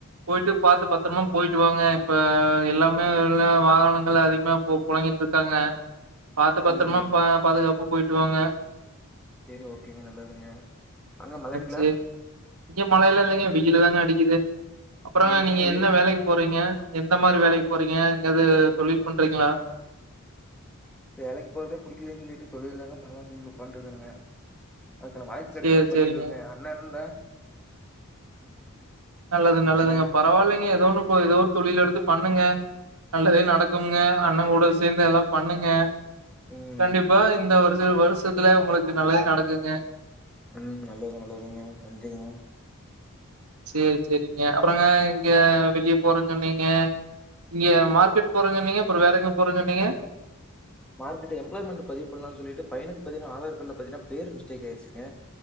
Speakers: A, on the right (about 80°); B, in the centre.
A: போயிட்டு பாத்து பத்ரமா போயிட்டு வாங்க இப்ப எல்லாமே வெள்ல வாகனங்கள் அதிகமா போகு பொழங்கிட்ருக்காங்க பாத்து பத்தரமா
B: ம்.
A: ப பாதுகாப்பா போயிட்டு வாங்க
B: சேரி ஓகேங்க நல்லதுங்க அங்க மழைங்ளா
A: சேரி இங்க மழையெல்லா இல்லங்க வெயிலுதாங்க அடிக்குது அப்றங்க
B: இங்கேயும்
A: நீங்க
B: வெயிலு
A: என்ன வேலைக்கு போறீங்க எந்த மாரி வேலைக்கு போறீங்க எங்காது தொழில் பண்றீங்ளா
B: வேலைக்கு போறதே புடிக்லேன் சொல்லிட்டு தொழில் எதா பண்லான் சொல்லி ஒக்கான்ட்ருக்கனுங்க அதுக்கான வாய்ப்பு கெடைச்சினா
A: சேரி
B: பண்ணிருவங்க
A: சேரிங்க
B: அண்ண இருந்தா
A: நல்லது நல்லதுங்க
B: பண்ணுங்க.
A: பரவாலிங்க எதோ ஒன்னு போது எதோ ஒரு தொழில் எடுத்து பண்ணுங்க நல்லதே நடக்கும்ங்க அண்ண கூட சேந்து எல்லா பண்ணுங்க
B: ம்.
A: கண்டிப்பா இந்த வருச வருஷத்துல உங்ளுக்கு நல்லதே நடக்குங்க
B: ம் நல்லது நல்லதுங்க நன்றிங்க
A: சேரி சேரிங்க அப்றங்க இங்க வெளிய போறன் சொன்னீங்க இங்க மார்கெட் போறன் சொன்னீங்க அப்றோ வேற எங்க போற சொன்னீங்க
B: மார்கெட்டு எப்ளாய்மெண்ட் பதிவு பண்லான் சொல்லிட்டு பையனுக்கு பாத்தினா ஆதார் கார்ட்ல பாத்தினா பேரு மிஸ்டேக் ஆயிருச்சிங்க